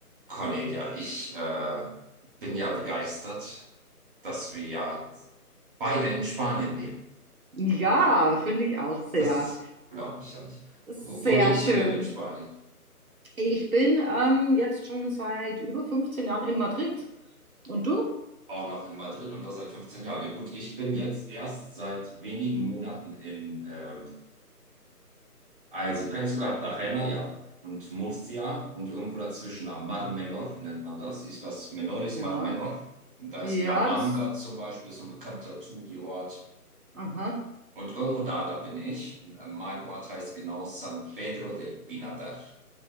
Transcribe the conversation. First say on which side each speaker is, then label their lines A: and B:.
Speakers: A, on the right (about 35°); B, on the right (about 65°).
A: Cornelia, ich äh, bin ja begeistert, dass wir ja beide in Spanien leben.
B: Ja, finde ich auch sehr,
A: Das glaube ich ja nicht.
B: sehr
A: Wo, wo lebst
B: schön.
A: du denn in Spanien?
B: Ich bin ähm, jetzt schon seit über 15 Jahren in Madrid. Und du?
A: Auch noch in Madrid und das seit 15 Jahren. Ja, gut, ich bin jetzt erst seit wenigen Monaten in, ähm, also kennst du Cartagena, ja, und Murcia und irgendwo dazwischen, am Mar Menor nennt man das, Islas Menores,
B: Ja,
A: Mar Menor. Und da
B: ja,
A: ist La Manga
B: das.
A: zum Beispiel, ist so ein bekannter Touri-Ort.
B: Aha,
A: Und irgendwo da, da bin ich. Äh, Mein Ort heißt genau San Pedro del Pinatar.